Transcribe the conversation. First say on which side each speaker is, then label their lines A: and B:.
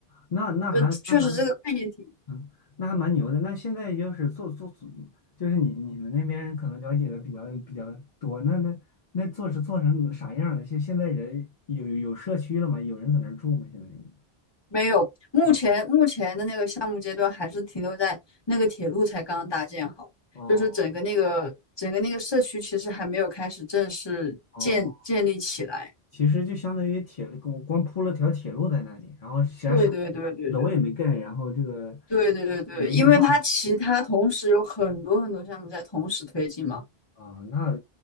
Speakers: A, on the left; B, on the left.
A: 那那还那还
B: 就确实这个概念挺
A: 嗯那还蛮牛的，那现在就是做做做，就是你你们那边可能了解的比较比较多，那那那做是做成啥样了？现现在人有有有社区了吗？有人在那儿住吗？现在已经
B: 没有。目前目前的那个项目阶段还是停留在那个铁路才刚刚搭建好，
A: 啊哦
B: 就是整个那个整个那个社区其实还没有开始正式建建立起来。
A: 哦。哦其实就相当于铁路，光光铺了条铁路在那里，然后其他啥
B: 对对对对对
A: 楼也没盖，然后这个
B: 对对对对，
A: 也没绿化
B: 因为它其他同时有很多很多项目在同时推进嘛。
A: 啊，那